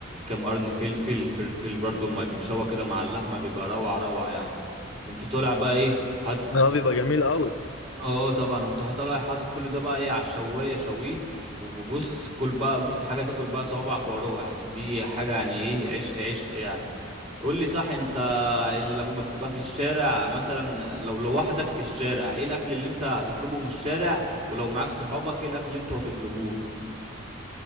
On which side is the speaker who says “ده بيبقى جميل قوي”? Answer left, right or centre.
Left